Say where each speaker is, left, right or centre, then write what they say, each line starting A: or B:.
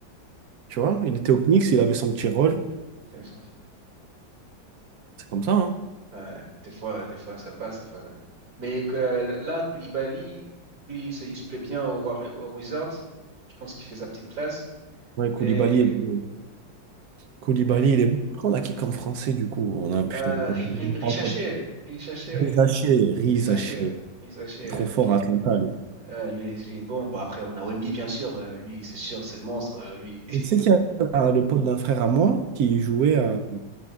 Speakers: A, on the right (about 65°); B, on the right (about 50°).
A: Tu vois, il était au Knicks, il avait son petit rôle.
B: Ouais.
A: C'est comme ça, hein.
B: Ouais, des fois, des fois ça passe. des fois, ouais. Mais que- là, Koulibaly, lui, ça, il se plaît bien au, Warri- au Wizards. Je pense qu'il fait sa petite place.
A: Ouais, Koulibaly,
B: Et,
A: il est... bon. Koulibaly,
B: et
A: il est... bon. Après, on a qui comme français, du coup? On a, putain,
B: euh,
A: gros-
B: Ri- Ri-
A: on parle
B: Richaché,
A: pas de-
B: Richaché,
A: Rizaché, Rizaché.
B: Richaché, ouais. Richaché,
A: Trop
B: ouais,
A: fort
B: ok.
A: à Atlanta, lui.
B: Ouais, lui, il est bon. Bon, après, on a Wemby, bien sûr. Euh, lui, c'est sûr, c'est le monstre, euh, lui. <laughs>
A: Tu sais qu'il y a le pote d'un frère à moi qui jouait
B: Hein?
A: à